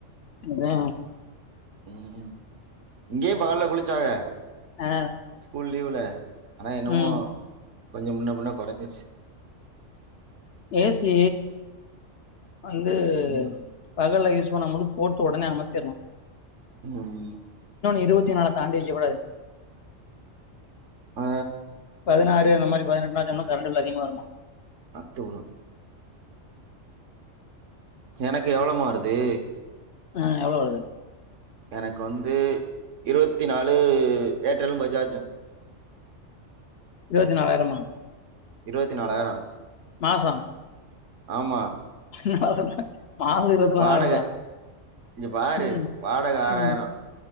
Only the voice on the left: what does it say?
அதே
ஆ
ம்
ஏசி வந்து
பகல்ல யூஸ் பண்ண மட்டு போட்டு உடனே அமத்தீர்ணு
இருபத்தி நாலத் தாண்டி வைக்கக் கூடாது
பதினாறு அந்த மாரி பதினெட்டுலா வச்சோம்னா கரண்டு பில் அதிகமா இருக்கு
ஆ எவ்ளோ வருது
இருபத்து நாலாயிரமா
மாச
சும்மா சொல்ற மாசோ இருபத்லாயிரந்தா
ம்
ம்